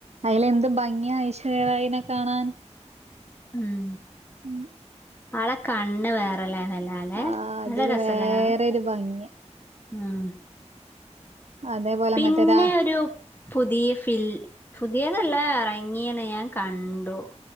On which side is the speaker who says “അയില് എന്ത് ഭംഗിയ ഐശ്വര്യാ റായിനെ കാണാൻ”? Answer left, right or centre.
Right